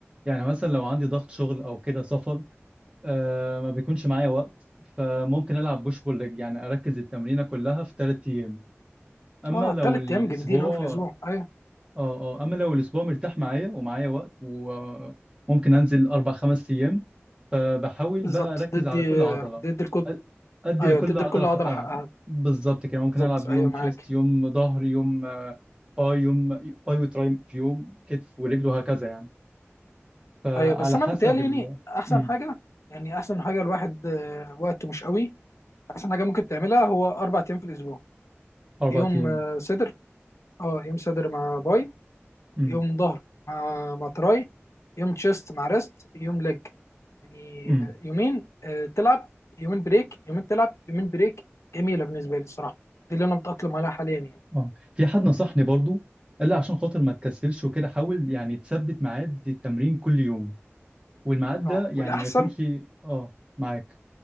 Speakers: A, on the right (about 20°); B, on the left (about 85°).
A: يعني مثلا لو عندي ضغط شغل او كده سفر آه ما بيكونش معايا وقت فممكن العب بوش بول ليج يعني اركز التمرينة كلها في ثلاث ايام اما
B: اه
A: لو
B: تلات
A: الاسبوع
B: ايام جامدين قوي في الاسبوع ايوه
A: اه اه اما لو الاسبوع مرتاح معايا ومعايا وقت وممكن انزل اربع خمس ايام فبحاول
B: بالظبط
A: بقى اركز
B: تدي
A: على كل عضله
B: تدي الكل
A: أ- ادي
B: ايوه
A: لكل
B: تدي
A: عضله
B: لكل
A: حقها
B: عضله حقها
A: بالظبط كده ممكن
B: بالظبط
A: العب
B: ايوه
A: يوم تشيست
B: معاك
A: يوم ظهر يوم آه، باي يوم باي وتراي في يوم كتف ورجل وهكذا يعني فعلى
B: ايوه بس انا
A: حسب
B: بتهيألي
A: ال
B: يعني احسن
A: امم
B: حاجه يعني احسن حاجه الواحد آه، وقته مش قوي احسن حاجه ممكن تعملها هو اربع ايام في الاسبوع
A: اربع
B: يوم
A: ايام
B: آه، صدر اه يوم صدر مع باي
A: امم
B: يوم ظهر مع مع تراي يوم تشيست مع ريست يوم ليج يعني
A: امم
B: آه، يومين آه، تلعب يومين بريك يومين تلعب يومين بريك جميلة بالنسبة لي الصراحة دي اللي أنا متأقلم عليها حاليا يعني
A: اه في حد نصحني برضو قال لي عشان خاطر ما تكسلش وكده حاول يعني تثبت ميعاد للتمرين كل يوم والميعاد ده
B: اه
A: يعني
B: والأحسن
A: ما يكونش اه معاك